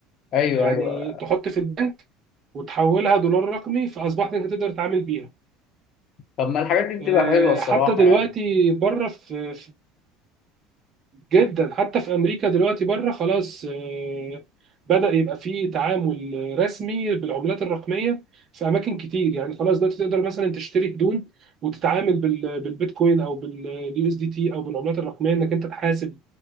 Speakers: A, on the left; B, on the right.
A: أيوه
B: يعني
A: أيوه
B: تحط في البنك وتحولها دولار رقمي فاصبحت انت تقدر تتعامل بيها
A: طب ما الحاجات دي بتبقى
B: آه،
A: حلوة الصراحة
B: حتى دلوقتي
A: يعني
B: بره في جدا حتى في امريكا دلوقتي بره خلاص آه، بدأ يبقى فيه تعامل رسمي بالعملات الرقميه في اماكن كتير يعني خلاص دلوقتي تقدر مثلا تشتري هدوم وتتعامل بال- بالبيتكوين او باليو اس دي تي او بالعملات الرقميه انك انت تحاسب